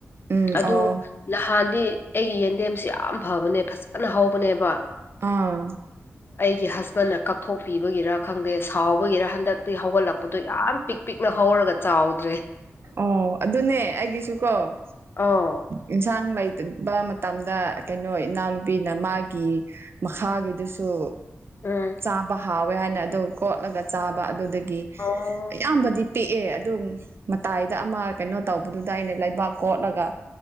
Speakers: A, on the right; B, on the left.
A: ꯎꯝ
B: ꯑꯗꯨ
A: ꯑꯣ
B: ꯅꯍꯥꯟꯗꯤ ꯑꯩꯒꯤ ꯌꯦꯟꯗꯦꯝꯁꯤ ꯌꯥꯝ ꯐꯕꯅꯦ ꯐꯖꯅ ꯍꯧꯕꯅꯦꯕ
A: ꯑꯥ
B: ꯀꯤ ꯍꯖꯕꯟꯅ ꯀꯛꯊꯣꯛꯄꯤꯕꯒꯤꯔ ꯈꯪꯗꯦ ꯁꯥꯎꯕꯒꯤꯔ ꯍꯟꯗꯛꯇꯤ ꯍꯧꯒꯠꯂꯛꯄꯗꯣ ꯌꯥꯝ ꯄꯤꯛ ꯄꯤꯛꯅ ꯍꯧꯔꯒ ꯆꯥꯎꯗ꯭ꯔꯦ
A: ꯑꯣ ꯑꯗꯨꯅꯦ ꯑꯩꯒꯤꯁꯨ ꯀꯣ ꯑ
B: ꯑꯧ
A: ꯑꯦꯟꯁꯥꯡ ꯂꯩ ꯕ ꯃꯇꯝꯗ ꯀꯩꯅꯣ ꯏꯅꯥꯎꯅꯨꯄꯤꯅ ꯃꯥꯒꯤ ꯃꯈꯥꯒꯤꯗꯨꯁꯨ
B: ꯎꯝ
A: ꯆꯥꯕ ꯍꯥꯎꯋꯦ ꯍꯥꯏꯅ ꯑꯗꯨ ꯀꯣꯠꯂꯒ ꯆꯥꯕ ꯑꯗꯨꯗ ꯒꯤ
B: ꯑꯣ
A: ꯑꯌꯥꯝꯕꯗꯤ ꯄꯤꯛꯑꯦ ꯑꯗꯨꯝ ꯃꯇꯥꯏꯗ ꯑꯃ ꯀꯩꯅꯣ ꯇꯧꯕꯗꯨꯗ ꯑꯩꯅ ꯂꯩꯕꯥꯛ ꯀꯣꯠꯂꯒ